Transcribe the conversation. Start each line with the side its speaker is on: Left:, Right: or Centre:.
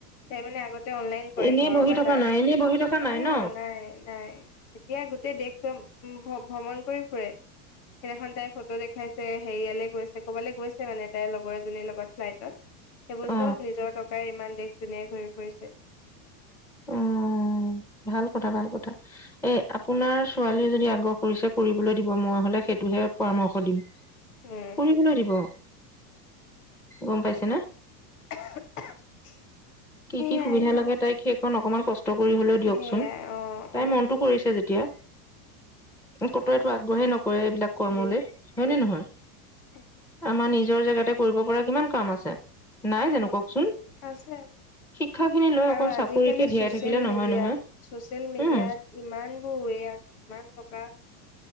Left: তাই মানে আগতে অনলাইন কৰে
Centre: এনেই
Left: ঘৰৰ
Centre: বহি
Left: পৰা,
Centre: থকা
Left: তাৰ,
Centre: নাই এনেই বহি থকা
Left: অ',
Centre: নাই ন?
Left: নাই, নাই। এতিয়া গোটেই দেশখখন ভো ভ্ৰমণ কৰি ফুৰে। সেই দিনাখন তাই ফটো দেখাইছে হেৰিয়ালে গৈছে ক'বালৈ গৈছে মানে তাইৰ লগৰ এজনীৰ লগত ফ্লাইটত।
Centre: অ
Left: চব নিজৰ টকাৰ, ইমান দেশ ধুনীয় ঘূৰি পৰিছে, এতিয়া।
Centre: উম, ভাল। কথা, ভাল কথা, এ আপোনাৰ ছোৱালী যদি আগ্ৰহ কৰিছে কৰিবলৈ দিব, মই হলে সাইটোহে কৰাম দিম,
Left: উম,
Centre: কৰিবলৈ দিব। গম পাইছে নে?
Left: <unintelligible>
Centre: কি,
Left: সেইয়াই
Centre: কি সুবিধা
Left: দিয়ক
Centre: লাগে তাইক অকমান কছ কষ্ট কৰিবলৈ দিয়কচোন,
Left: সেইয়াই অ',
Centre: তাই
Left: অ'।
Centre: মনটো কৰিছে যেতিয়া। কতয়তটো আগ্ৰহে নক কৰে এইবিলাক কৰ্মলে,
Left: উম,
Centre: হয় নে নহয়?
Left: সেইটোৱে
Centre: আমাৰ নিজ নিজৰ জেগাতে কৰিব পৰা কিমান কাম আছে। নাই
Left: উম।
Centre: জানো, কওকচোন?
Left: আছে
Centre: শিক্ষা খিনি লৈ
Left: আৰু
Centre: অকল চাকৰিকে
Left: আজিকালি
Centre: ধীয়াই
Left: চচিয়েল
Centre: থাকিলে নহয়
Left: মিডিয়াত,
Centre: নহয়
Left: চচিয়েল মিডিয়াত
Centre: উম।
Left: ইমানবোৰ ৱে আছে ইমান থটকা